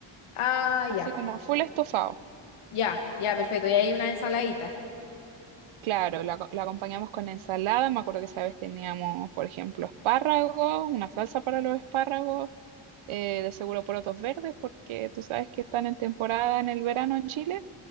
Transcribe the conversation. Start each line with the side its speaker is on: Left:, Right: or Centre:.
Left: Ah, ya,
Right: así como full estofado.
Left: ya, ya, perfecto. Y hay una ensaladita.
Right: Claro, la, aco- la acompañamos con ensalada, me acuerdo que esa vez teníamos, por ejemplo, espárragos, una salsa para los espárragos, eh, de seguro porotos verdes, porque tú sabes que están en temporada en el verano en Chile.